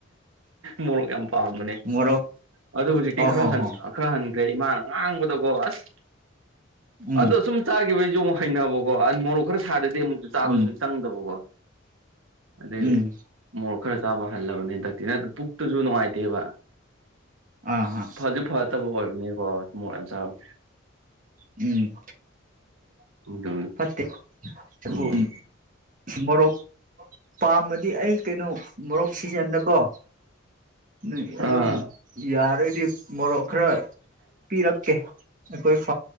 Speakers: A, on the right (about 75°); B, on the right (about 40°).
A: ꯃꯣꯔꯣꯛ ꯌꯥꯝ ꯄꯥꯝꯕꯅꯦ
B: ꯃꯣꯔꯣꯛ
A: ꯑꯗꯨ ꯍꯧꯖꯤꯛꯇꯤ
B: ꯑꯣ
A: ꯈꯔ
B: ꯍꯣ ꯍꯣ
A: ꯈꯔ ꯍꯟꯈ꯭ꯔꯦ ꯏꯃꯥꯅ ꯉꯥꯡꯕꯨꯗꯣ ꯑꯁ
B: ꯎꯝ
A: ꯑꯗꯣ ꯁꯨꯝ ꯆꯥꯈꯤꯕꯒꯤꯁꯨ ꯑꯃꯨꯛ ꯍꯩꯅꯅꯕꯀꯣ ꯃꯣꯔꯣꯛ <unintelligible> ꯑꯗꯨ ꯑꯃꯨꯛꯁꯨ ꯆꯥꯕꯁꯨ
B: ꯎꯝ
A: ꯆꯪꯗꯕꯀꯣ ꯑꯗꯩ
B: ꯎꯝ
A: ꯃꯣꯔꯣꯛ ꯈꯔ ꯆꯥꯕ ꯍꯜꯂꯕꯅꯤ ꯍꯟꯗꯛꯇꯤꯅ ꯗꯨꯁꯨ ꯍꯥꯏꯇꯦꯕ
B: ꯑꯥ ꯍꯥ
A: ꯐꯁꯨ ꯐꯠꯇꯕ ꯑꯣꯏꯕꯅꯤ ꯍꯣꯏ ꯃꯣꯏ ꯌꯥꯝ ꯆꯥꯕꯁꯦ
B: ꯎꯝ
A: <unintelligible>
B: ꯐꯠꯇꯦ ꯑꯗꯨ
A: ꯎꯝ
B: ꯃꯣꯔꯣꯛ ꯄꯥꯝꯃꯗꯤ ꯑꯩ ꯀꯩꯅꯣ ꯃꯣꯔꯣꯛ ꯁꯤꯖꯟꯗꯀꯣ ꯅꯣꯏ ꯑꯗꯨꯝ
A: ꯑꯥ
B: ꯌꯥꯥꯔꯩꯗꯤ ꯃꯣꯔꯣꯛ ꯈꯔ ꯄꯤꯔꯛꯀꯦ ꯀꯣꯏ <unintelligible>